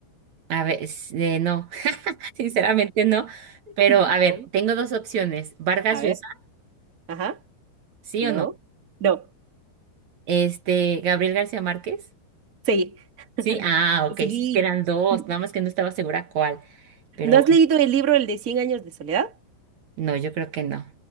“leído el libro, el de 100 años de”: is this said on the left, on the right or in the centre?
Right